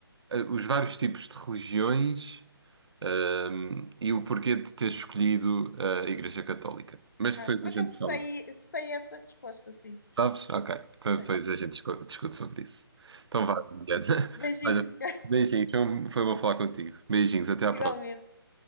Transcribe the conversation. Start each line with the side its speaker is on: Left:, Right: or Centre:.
Right: eh, os vários tipos de religiões, ehm, e o porquê de teres escolhido a Igreja Católica. Mas
Left: Ah,
Right: depois
Left: por
Right: a gente
Left: acaso
Right: fala.
Left: sei, sei essa resposta, sim.
Right: Sabes? Ok. Então depois
Left: Sei.
Right: a gente discu- discute sobre isso. Então vá, Mariana. <laughs>
Left: Beijinhos,
Right: Olha,
Left: Ricardo,
Right: beijinhos. Foi um, foi bom falar contigo. Beijinhos. Até à
Left: igualmente.
Right: próxima.